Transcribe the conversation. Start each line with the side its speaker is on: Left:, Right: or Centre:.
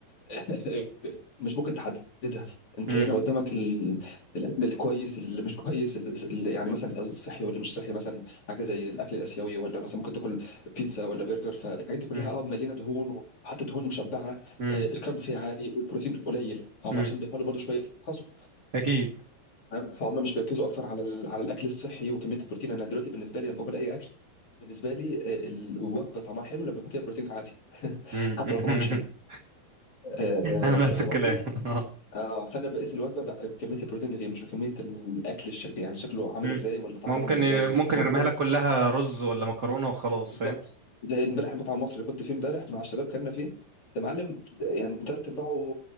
Left: <laughs> مش ممكن تحددها انت
Right: مم.
Left: هنا قدامك ال... الاكل الكويس اللي مش كويس اللي يعني مثلا الصحي ولا مش صحي مثلا حاجه زي الاكل الاسيوي ولا مثلا ممكن تاكل بيتزا ولا برجر فالحاجات دي كلها
Right: مم.
Left: اه مليانه دهون وحتى دهون مشبعه
Right: مم.
Left: آه، الكارب فيها عالي والبروتين قليل فهم
Right: مم.
Left: عشان بيحاولوا برضه شويه يسترخصوا
Right: اكيد
Left: فاهم؟ فهم مش بيركزوا اكتر على ال... على الاكل الصحي وكميه البروتين انا دلوقتي بالنسبه لي لما باكل اي اكل بالنسبه لي آه، الوجبه طعمها حلو لما يكون فيها بروتين عالي <laughs>
Right: مم.
Left: حتى
Right: <laughs>
Left: لو طعمها مش حلو آه،
Right: انا نفس
Left: آه، فاهم
Right: الكلام
Left: قصدي؟
Right: <laughs>
Left: اه فانا بقيس الوجبه بق- بكميه البروتين اللي فيها مش بكميه الاكل الشك... يعني شكله عامل
Right: مم.
Left: ازاي ولا طعمه
Right: ممكن
Left: عامل ازاي
Right: ي... ممكن
Left: ما
Right: يرميها
Left: هو ممكن
Right: لك كلها رز ولا مكرونة وخلاص
Left: بالظبط
Right: فاهم
Left: زي امبارح المطعم المصري اللي كنت فيه امبارح مع الشباب كنا فيه يا معلم يعني تلات ارباعه